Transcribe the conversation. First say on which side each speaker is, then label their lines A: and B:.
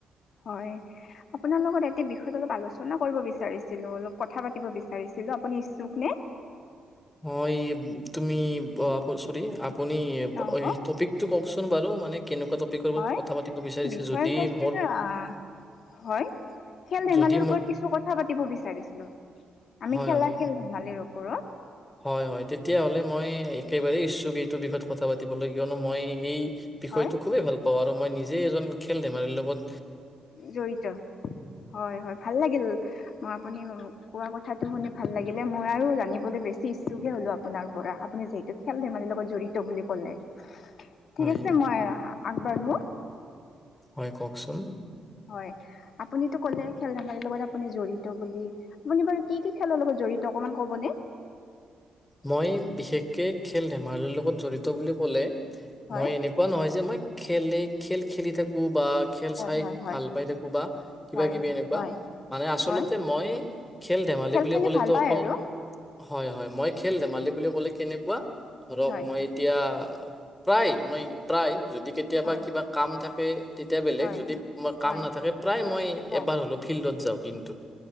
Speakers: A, on the left; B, on the left.
A: হয় আপোনাৰ লগত এটি বিষয়ত অলপ আলোচনা কৰিব বিচাৰিছিলোঁ অলপ কথা পাতিব বিচাৰিছিলোঁ। আপুনি ইচ্ছুক নে?
B: হয় তুমি আ, চৰি আপুনি
A: অ হ'ব।
B: টপিকটো কওকচোন। চোন বাৰু মানে কেনেকুৱা টপিকৰ
A: হয়
B: কথা পাতিব বিচাৰিছে
A: বিষয়
B: যদি
A: বস্তুটো
B: মোৰ
A: আহ হয় খেল ধেমালিৰ
B: যদি
A: ওপৰত
B: মোক
A: কিছু কথা পাতিব বিচাৰিছিলোঁ। আমি
B: হয়
A: খেলা
B: হয়
A: খেল ধেমালিৰ ওপৰত।
B: হয় হয় তেতিয়াহলে মই একেবাৰেই ইচ্ছুক, এইটো বিষয়ত কথা পাতিবলৈ কিয়নো মই এই বিষয়টো
A: হয়
B: খুবেই ভাল পাওঁ আৰু মই নিজেই এজন খেল ধেমালিৰ লগত
A: জড়িত হয় হয় ভাল লাগিল মই আপুনি কোৱা কথাটো শুনি ভাল লাগিলে, মই আৰু জানিবলৈ বেছি ইচ্ছুকহে হ'লোঁ আপোনাৰ পৰা, আপুনি যিহেতু খেল ধেমালিৰ লগত জড়িত বুলি কয় কলে
B: হয়
A: ঠিক আছে মই আগবাঢ়ো।
B: হয় কওকচোন।
A: হয় আপুনিতো ক'লে খেল ধেমালিৰ লগত আপুনি জড়িত বুলি, আপুনি বাৰু কি কি খেলৰ লগত জড়িত অকণমান ক'ব নে?
B: মই বিশেষকে খেল ধেমালিৰ লগত জড়িত বুলি ক'লে
A: হয়
B: মই এনেকুৱা নহয় যে মই খেলে খেল খেলি থাকো বা খেল
A: হয়
B: চাই
A: হয় হয়
B: ভাল পাই থাকো বা কিবা
A: হয়
B: কিবি এনেকুৱা
A: হয়
B: মানে আচলতে
A: হয়
B: মই খেল ধেমালি বুলি
A: খেলি
B: ক'লেতো
A: ভাল পায়
B: অকল
A: আৰু
B: হয় হয় মই খেল ধেমালি বুলি ক'লে কেনেকুৱা ধৰক
A: হয়
B: মই এতিয়া প্ৰায় মই প্ৰায় যদি কেতিয়াবা
A: হয়
B: কিবা কাম থাকে তেতিয়া বেলেগ
A: হয়
B: যদি মই
A: হয়
B: কাম নাথাকে, প্ৰায় মই
A: হয়
B: এবাৰ হ'লেও ফিল্ডত যাওঁ দিনটোত।